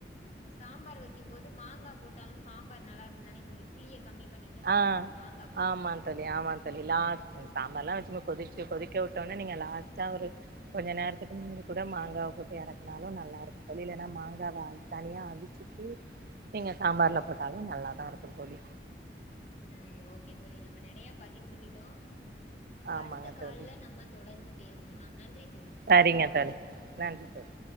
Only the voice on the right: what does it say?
ஆஹ்
ஆமான் தோழி ஆமா தோழி லாஸ்ட் சாம்பார்ல்லா வச்சு கொதிக்க கொதிக்க விட்டோனே நீங்க லாஸ்ட்டா ஒரு கொஞ்சம் நேரத்துக்கு முன்னாடி கூட மாங்காவ போட்டு எறக்குனாலு நல்லா இருக்கும் தோழி இல்லனா மாங்காவ அ தனியா அவிச்சிட்டு நீங்க சாம்பார்ல போட்டாலும் நல்லாதா இருக்கு தோழி
ஆமாங்க
தோழி
சரிங்க தோழி நன்றி தோழி